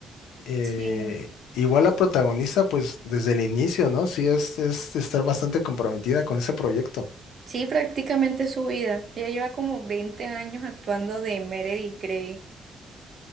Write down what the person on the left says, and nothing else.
Eh,
igual la protagonista, pues desde el inicio, ¿no? Sí, es, es estar bastante comprometida con ese proyecto.